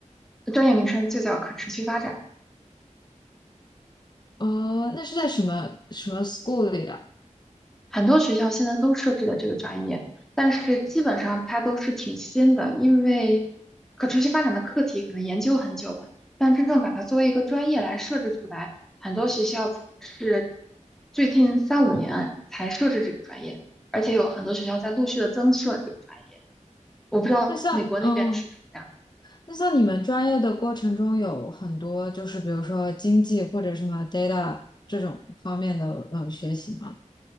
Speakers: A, in the centre; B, on the left.
A: 专业名称就叫可持续发展。
B: 哦，那是在什么什么 school 里的？
A: 很多学校现在都设置了这个专业，但是基本上它都是挺新的，因为可持续发展的课题可能研究很久了，但真正把它作为一个专业来设置出来，很多学校才是最近三五年才设置这个专业，而且有很多学校在陆续的增设这个专业。我不知道美国那边是不是这样。
B: 那像嗯，那像你们专业的过程中有很多就是比如说经济或者什么 data 这种方面的呃学习吗？